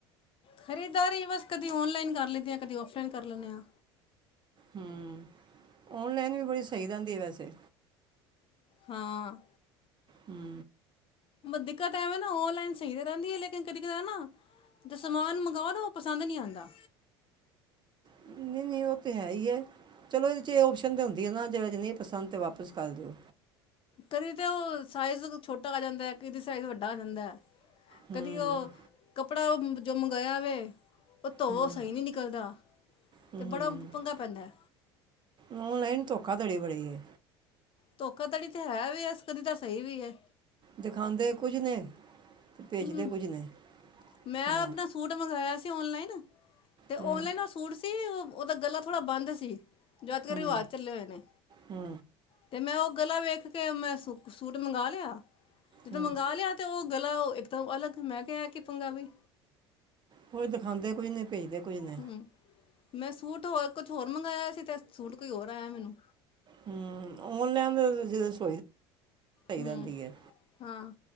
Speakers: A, on the left; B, on the right.
A: ਖਰੀਦਾਰੀ ਬਸ ਕਦੇ ਔਨਲਾਈਨ ਕਰ ਲੈਂਦੇ ਹਾਂ ਕਦੀ ਔਫਲਾਈਨ ਕਰ ਲੈਂਦੇ ਹਾਂ।
B: ਹੂੰ ਔਨਲਾਈਨ ਵੀ ਬੜੀ ਸਹੀ ਰਹਿੰਦੀ ਹੈ ਵੈਸੇ
A: ਹਾਂ।
B: ਹੂੰ
A: ਦਿੱਕਤ ਐ ਵੇ ਨਾ ਔਨਲਾਈਨ। ਸਹੀ ਤਾਂ ਰਹਿੰਦੀ ਹੈ ਲੇਕਨ ਕਦੇ ਕ ਨਾ ਜ ਸਮਾਨ ਮੰਗਓ ਨਾ ਉਹ ਪਸੰਦ ਨਹੀਂ ਆਉਂਦਾ।
B: ਨਹੀਂ ਨਹੀਂ ਉਹ ਤਾਂ ਹੈ ਈ ਏ ਚਲੋ ਇਹਦੇ 'ਚ ਇਹ ਓਪਸ਼ਨ ਤਾਂ ਹੁੰਦੀ ਹੈ ਨਾ। ਜੇ। ਅਜ। ਨਹੀਂ। ਪਸੰਦ। ਤਾਂ। ਵਾਪਸ। ਕਰ। ਦਿਓ।
A: ਕਦੀ ਤਾਂ ਉਹ ਸਾਈਜ਼ ਛੋਟਾ ਆ ਜਾਂਦਾ ਏ ਕਦੀ ਸਾਈਜ਼ ਵੱਡਾ ਆ ਜਾਂਦਾ ਹਏ।
B: ਹੂੰ
A: ਕਦੀ। ਉਹ। ਕੱਪੜਾ। ਜੋ। ਮੰਗਵਾਇਆ। ਵੇ। ਉਹ। ਧੋਵੋ।
B: ਹੂੰ
A: ਸਹੀ। ਨਹੀਂ। ਨਿਕਲਦਾ।
B: ਹੂੰ
A: ਤੇ। ਬੜਾ। ਭੰਗਾ। ਪੈਂਦਾ।
B: ਔਨਲਾਈਨ ਧੋਖਾਧੜੀ ਬੜੀ ਏ।
A: ਧੋਖਾ ਧੜੀ ਤੇ ਹੈ ਵੀ ਹੈ ਕਦੀ ਤਾਂ ਸਹੀ ਵੀ ਹੈ।
B: ਦਿਖਾਉਂਦੇ ਕੁਝ ਨੇ। ਤੇ ਭੇਜਦੇ
A: ਹਮ
B: ਕੁਝ ਨੇ
A: ਮੈਂ
B: ਹਾਂ
A: ਆਪਣਾ ਸੂਟ ਮੰਗਵਾਇਆ ਸੀ। ਓਨਲਾਈਨ। ਤੇ ਓਨਲਾਈਨ
B: ਹੂੰ
A: ਉਹ ਸੂਟ ਸੀ ਉਹਦਾ ਗਲਾ ਥੋੜ੍ਹਾ ਬੰਦ ਸੀ ਜੋ ਅਜ ਕੱਲ
B: ਹੂੰ
A: ਰਿਵਾਜ਼ ਚੱਲੇ ਹੋਏ ਨੇ।
B: ਹੂੰ
A: ਤੇ ਮੈਂ ਉਹ ਗਲਾ ਵੇਖ ਕੇ ਮੈਂ ਸੂ ਸੂਟ ਮੰਗਵਾ ਲਿਆ। ਜਦੋਂ
B: ਹੂੰ
A: ਮੰਗਾ ਲਿਆ ਤੇ ਉਹ ਗਲਾ ਇੱਕਦਮ ਅਲੱਗ ਮੈਂ ਕਿਹਾ ਕਿ ਪੰਗਾ ਵੀ
B: ਕੁਝ ਦਿਖਾਉਦੇ ਕੁਝ ਨ। ਕਈਦਾ ਕੋਈ ਨਹੀਂ।
A: ਹੂ ਮੈਂ ਸੂਟ ਹੋਰ ਕੁਛ ਹੋਰ ਮੰਗਵਾਇਆ ਸੀ ਅਤੇ ਸੂਟ ਕੋਈ ਹੋਰ ਆਇਆ ਮੈਨੂੰ
B: ਹੂ ਮੁੰਡੇ ਜਦੋਂ ਸੋਇ ਸਹੀ
A: ਹੂੰ
B: ਰਹਿੰਦੀ ਹੈ
A: ਹਾਂ